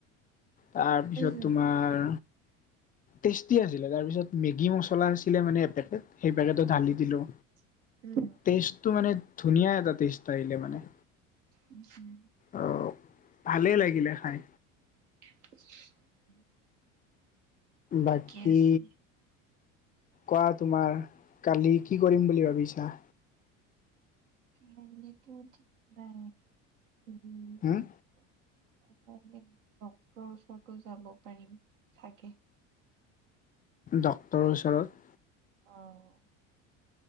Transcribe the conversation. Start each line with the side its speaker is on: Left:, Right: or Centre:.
Left: তাৰপিছত
Right: উম
Left: তোমাৰ টেষ্টি আছিলে তাৰপিছত মেগী মচলা আছিলে মানে এপেকেট। সেই পেকেটোত ঢালি
Right: উম
Left: দিলোঁ
Right: উম
Left: তেজটো মানে ধুনীয়া এটা তেজ আহিলে মানে।
Right: উম উম
Left: অ ভালেই লাগিলে খাই।
Right: <unintelligible>
Left: বাকী
Right: ঠিকে আছে।
Left: কোৱা তোমাৰ কালি কি কৰিম বুলি ভাবিছা
Right: খাইে ক ঠিক নাই এইদি
Left: হম
Right: <unintelligible> কাইলৈ ডক্তৰৰ ওচৰতো যাব পাৰিম থাকে।
Left: ডক্তৰৰ ওচৰত।
Right: আহ